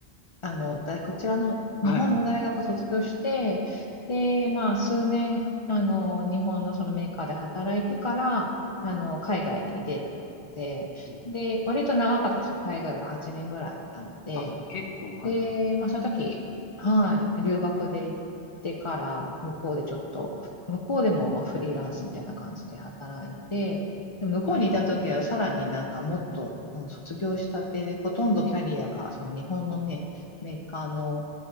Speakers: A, on the left; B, on the left.
A: あの、だ、こちらの日本の大学を卒業して、
B: はいはい。
A: で、まあ数年、あの、日本のそのメーカーで働いてから、あの、海外に出て、
B: うんうん、
A: で、割と長かったんですよ。海外が8年ぐらいいたので、
B: あ、結構、はいはい。
A: で、まあ、その時、はい、留学で行ってから、向こうでちょっと、向こうでもまあフリーランスみたいな感じで働いて、で向こうにいた時はさらになんかもっと、
B: はいはいはい。
A: うん、卒業したてで、ほとんどキャリアが、その日本のね、メーカーの